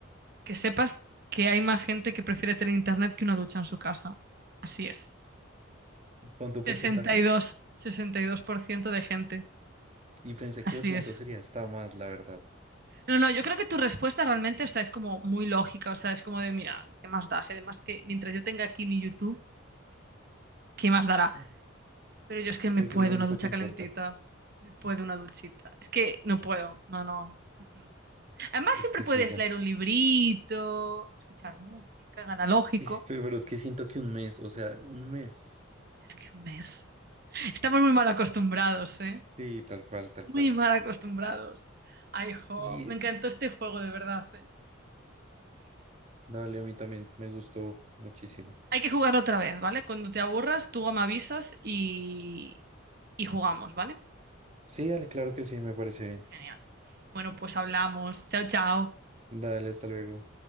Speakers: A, on the right; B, on the right.
A: que sepas que hay más gente que prefiere tener internet que una ducha en su casa. Así es.
B: <laughs> ¿cuánto porcentaje?
A: Sesenta sesenta y y dos, sesenta y dos por ciento de gente.
B: Y pensé
A: Así
B: que de pronto
A: es.
B: sería hasta más, la verdad.
A: No, no, yo creo que tu respuesta realmente, o sea, es como muy lógica, o sea, es como de, mira, ¿qué más da? Si además que mientras yo tenga aquí mi YouTube, ¿qué más dará?
B: <laughs>
A: Pero yo es que me
B: Eso
A: puedo
B: es lo único
A: una ducha
B: que importa.
A: calentita, me puedo una duchita. Es que no puedo, no, no. Mm, mm. Además
B: Es
A: siempre
B: que
A: puedes
B: sí, bueno,
A: leer un librito, escuchar música, analógico.
B: <laughs> y- pero pero es que siento que un mes, o sea, un mes.
A: Es que un mes. Estamos muy mal acostumbrados, ¿eh?
B: Sí, tal cual, tal
A: Muy
B: cual.
A: mal acostumbrados. Ay, jo,
B: Y
A: me
B: eh,
A: encantó este juego, de verdad, ¿eh? Sí, sí, sí.
B: dale, a mí también me gustó muchísimo.
A: Hay que jugar otra vez, ¿vale? Cuando te aburras, tú me avisas y, y jugamos, ¿vale?
B: Sí, dale, claro que sí, me parece bien.
A: Genial. Bueno, pues hablamos. Chao, chao.
B: Dale, hasta luego.